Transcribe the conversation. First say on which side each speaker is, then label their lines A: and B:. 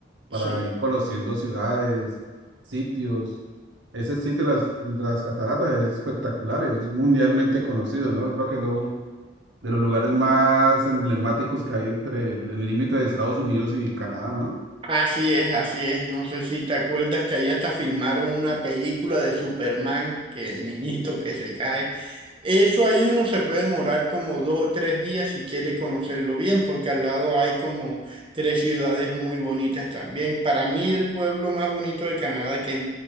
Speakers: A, on the right; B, on the right.
A: sí.
B: para ir conociendo ciudades, sitios. Ese sitio, las, las cataratas, es espectacular, eso es mundialmente conocido, ¿no? Creo que lo, de los lugares más emblemáticos que hay entre el el límite de Estados Unidos y Canadá, ¿no?
A: Así es, así es. No sé si te acuerdas que ahí hasta filmaron una película de Superman, que el niñito que se cae. Eso ahí uno se puede demorar como dos o tres días si quiere conocerlo bien, porque al lado hay como tres ciudades muy bonitas también. Para mí el pueblo más bonito de Canadá, que es,